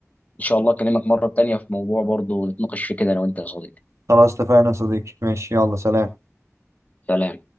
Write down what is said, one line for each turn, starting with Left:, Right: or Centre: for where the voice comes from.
Left: ان شاء الله اكلمك مره تانية في موضوع برضه نتناقش فيه كده انا وانت يا صديقي
Right: خلاص اتفقنا يا صديقي ماشي يلا سلام
Left: سلام